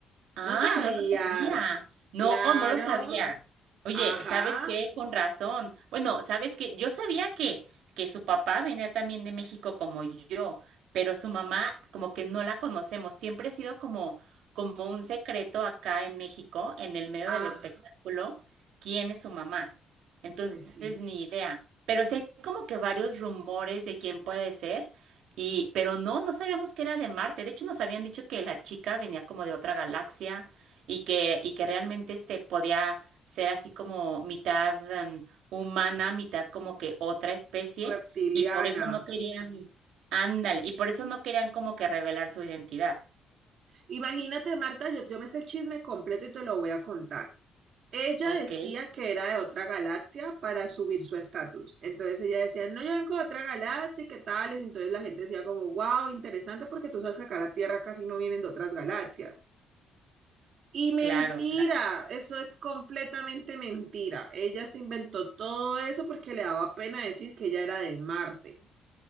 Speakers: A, on the right (about 80°); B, on the right (about 65°).
A: Ay,
B: ¿No sabías?
A: no lo sabía. No,
B: Claro.
A: no lo sabía. Oye,
B: Ajá.
A: ¿sabes qué? Con razón. Bueno, ¿sabes qué? Yo sabía que, que su papá venía también de México como yo, pero su mamá como que no la conocemos. Siempre ha sido como, como un secreto acá en México, en el medio
B: Ajá.
A: del espectáculo, quién es su mamá. Entonces,
B: Pues sí.
A: ni idea. Pero sí hay como que varios rumores de quién puede ser, y, pero no, no sabíamos que era de Marte. De hecho, nos habían dicho que la chica venía como de otra galaxia y que, y que realmente este podía ser así como mitad em, humana, mitad como que otra especie,
B: Reptiliana.
A: y por eso no querían, ándale, y por eso no querían como que revelar su identidad.
B: Imagínate, Marta, yo, yo me sé el chisme completo y te lo voy a contar. Ella
A: Ok,
B: decía que era de otra galaxia para subir su estatus. Entonces ella decía, no, yo vengo de otra galaxia, y ¿qué tales? Entonces la gente decía como, wow, interesante porque tú sabes que acá a la Tierra casi no vienen de otras galaxias. Y mentira,
A: claro.
B: eso es completamente mentira. Ella se inventó todo eso porque le daba pena decir que ella era de Marte.